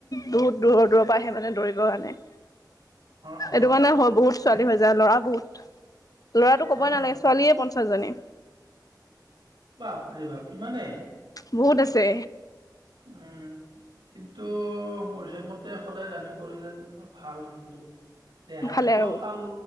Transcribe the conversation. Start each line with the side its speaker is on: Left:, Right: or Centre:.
Left: বহুত দূৰ দূৰ পৰা আহে মানে দৌৰিব কাৰণে। এইটো
Right: অ', অ',
Left: কাৰণে হয় বহুত ছোৱালী হৈ যায়, ল'ৰা বহুত। ল'ৰাটো কবই
Right: আ, উম,
Left: নালাগে ছোৱালীয়ে পঞ্চাছ জনী ।
Right: বাপ ৰে বাপ ইমানে।
Left: বহুত আছে।
Right: উম কিন্তু মোৰ হিচাপ মতে সদায় ৰানিং কৰিলে ভাল কিন্তু দেহাটোও
Left: ভালে আৰু
Right: ভাল